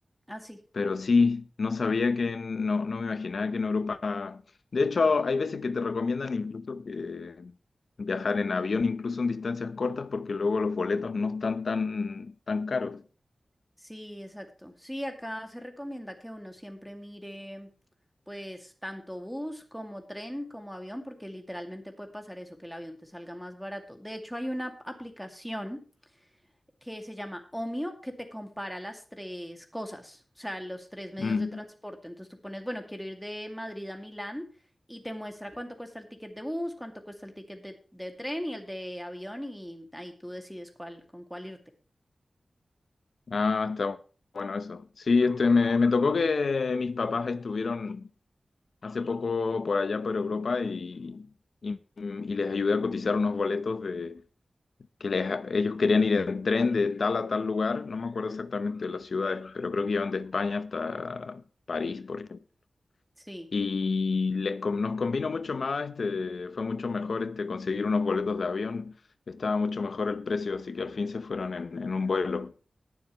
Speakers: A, in the centre; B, on the left.
A: Ah, sí,
B: Pero sí, no sabía que, no, no me imaginaba que en Europa... De hecho, hay veces que te recomiendan incluso que viajar en avión, incluso en distancias cortas, porque luego los boletos no están tan, tan caros.
A: sí, exacto. Sí, acá se recomienda que uno siempre mire, pues, tanto bus como tren como avión, porque literalmente puede pasar eso, que el avión te salga más barato. De hecho, hay una ap- aplicación. que se llama Omio, que te compara las tres cosas, o sea, los tres medios
B: Mm.
A: de transporte. Entonces tú pones, bueno, quiero ir de Madrid a Milán y te muestra cuánto cuesta el ticket de bus, cuánto cuesta el ticket de, de tren y el de avión y ahí tú decides cuál, con cuál irte.
B: Ah, está bueno eso. Sí, este, me, me tocó que mis papás estuvieron hace poco por allá por Europa y, y, y les ayudé a cotizar unos boletos de, que les- ellos querían ir en tren de tal a tal lugar, no me acuerdo exactamente de las ciudades, pero creo que iban de España hasta París, por ejemplo.
A: Sí.
B: Y les, con- nos convino mucho más, este, fue mucho mejor este, conseguir unos boletos de avión, estaba mucho mejor el precio, así que al fin se fueron en, en un vuelo.